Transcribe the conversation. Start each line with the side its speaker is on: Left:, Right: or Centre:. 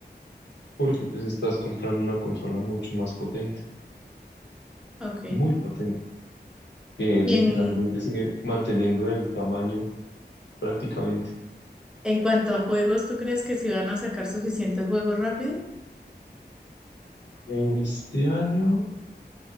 Left: Porque pues estás comprando una consola mucho más potente,
Centre: Ok. Y
Left: muy potente, que literalmente
Centre: en,
Left: sigue manteniendo el tamaño prácticamente.
Centre: en cuanto a juegos, ¿tú crees que si van a sacar suficientes juegos rápido?
Left: Este año